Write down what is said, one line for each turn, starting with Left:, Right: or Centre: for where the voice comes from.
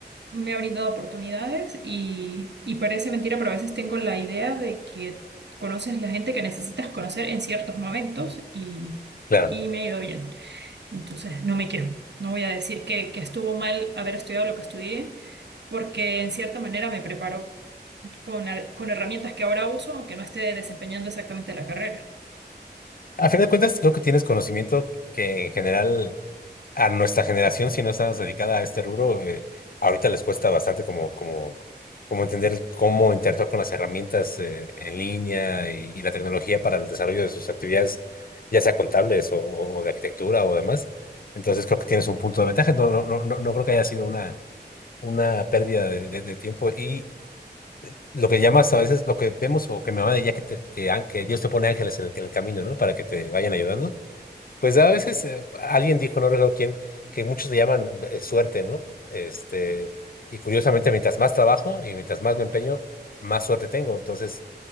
Right: me ha brindado oportunidades y, y parece mentira, pero a veces tengo la idea de que conoces la gente que necesitas conocer en ciertos momentos y,
Left: claro.
Right: y me ha ido bien. Entonces, no me quejo. No voy a decir que, que estuvo mal haber estudiado lo que estudié, porque en cierta manera me preparó con, her- con herramientas que ahora uso, aunque no esté desempeñando exactamente la carrera.
Left: A fin de cuentas, creo que tienes conocimiento que en general a nuestra generación, si no estás dedicada a este rubro, eh, ahorita les cuesta bastante como, como, como entender cómo interactuar con las herramientas eh, en línea y, y la tecnología para el desarrollo de sus actividades, ya sea contables o, o de arquitectura o demás. Entonces creo que tienes un punto de ventaja. No, no, no, no no creo que haya sido una, una pérdida de, de- de tiempo. Y, lo que llamas a veces, lo que vemos o que mi mamá diría que, te- que, an- que Dios te pone ángeles en el, en el camino, ¿no? Para que te vayan ayudando. Pues a veces eh, alguien dijo, no recuerdo quién, que muchos le llaman eh, suerte, ¿no? Este, y curiosamente, mientras más trabajo y mientras más me empeño, más suerte tengo. Entonces,